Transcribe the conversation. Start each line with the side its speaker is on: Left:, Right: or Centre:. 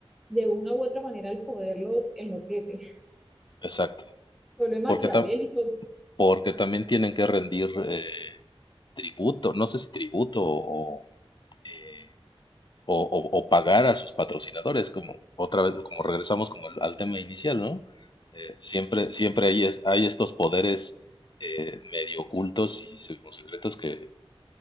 Centre: de una u otra manera al poder los enloquece,
Left: Exacto.
Centre: <laughs> vuelven maquiavélicos,
Left: Porque, ta- porque también tienen que rendir eh, tributo, no sé si tributo o, eh, o, o- o pagar a sus patrocinadores, como otra vez, como regresamos como al, al tema inicial, ¿no? Eh, siempre, siempre hay, es- hay estos poderes eh, medio ocultos y secretos que,